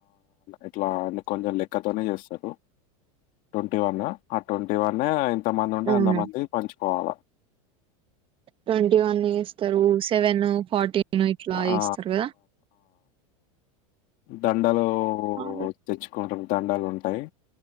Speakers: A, on the left; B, on the right.
A: ఇట్లా కొంచెం లెక్కతోనే చేస్తరు ట్వంటీ వన్ ఆ ట్వంటీ వన్ ఇంతమంది ఉంటే
B: అవును
A: అంతమంది పంచుకోవాల
B: ట్వంటీ వన్ ఎస్తారు సెవెన్ ఫార్టీ వన్ ఇట్లా
A: ఆ!
B: చేస్తారు కదా
A: దండాలు
B: అవునా
A: తెచ్చుకుంటు దండలు ఉంటాయి